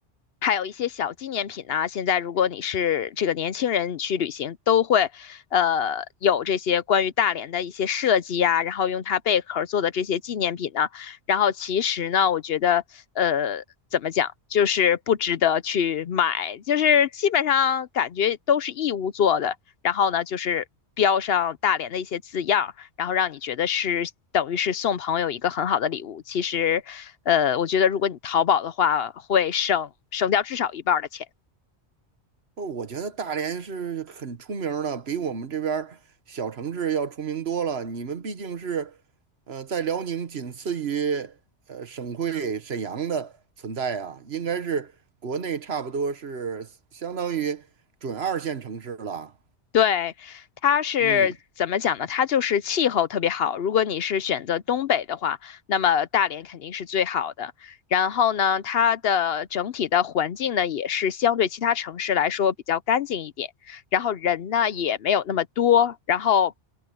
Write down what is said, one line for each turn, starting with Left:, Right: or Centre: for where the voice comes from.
Left: 还有一些小纪念品啊，现在如果你是这个年轻人，你去旅行都会呃有这些关于大连的一些设计啊，然后用它贝壳做的这些纪念品呢，然后其实呢，我觉得呃怎么讲，就是不值得去买，就是基本上感觉都是义乌做的，然后呢就是标上大连的一些字样，然后让你觉得是等于是送朋友一个很好的礼物。其实，呃，我觉得如果你淘宝的话，会省省掉至少一半儿的钱。
Right: 哦，我觉得大连是很出名儿的，比我们这边儿小城市要出名多了。你们毕竟是，呃，在辽宁仅次于呃省会沈阳的存在啊，应该是国内差不多是相当于准二线城市了。
Left: 对，它是怎么讲呢？
Right: 嗯
Left: 它就是气候特别好。如果你是选择东北的话，那么大连肯定是最好的。然后呢，它的整体的环境呢，也是相对其他城市来说比较干净一点。然后人呢，也没有那么多。然后，